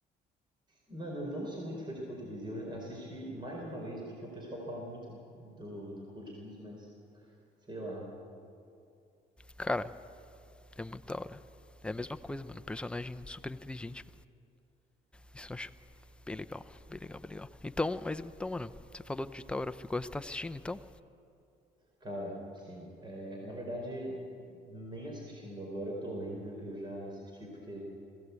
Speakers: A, on the right (about 25°); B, in the centre.
A: Mano, eu não sou muito fã de Code Geass. Eu assisti mais de uma vez porque o pessoal fala muito do, do Code Geass, mas sei lá.
B: Cara, é muito da hora. É a mesma coisa, mano, um personagem super inteligente. Isso eu acho bem legal, bem legal, bem legal. Então, mas então, mano, você falou de Tower of God, você tá assistindo então?
A: Cara, sim. É, na verdade, nem assistindo. Agora eu tô lendo, eu já assisti porque